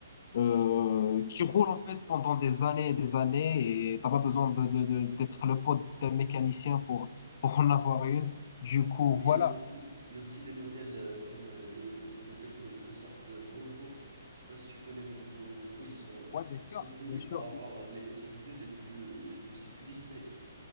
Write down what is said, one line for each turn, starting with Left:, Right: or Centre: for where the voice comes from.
Left: euh, qui roulent, en fait, pendant des années et des années et t'as pas besoin de, de, de- d'être le pote d'un mécanicien pour, pour en avoir une. Du coup,
Right: Oui,
Left: voilà.
Right: Il y a aussi, il y a aussi des modèles euh, comme euh, il y a les modèles que, que sortent euh, Volvo. Je sais pas si tu connais Volvo. Volvo, ils sont,
Left: Ouais, bien sûr,
Right: ils sont connus
Left: bien sûr.
Right: pour avoir les SUV les plus, euh, les plus sécurisés.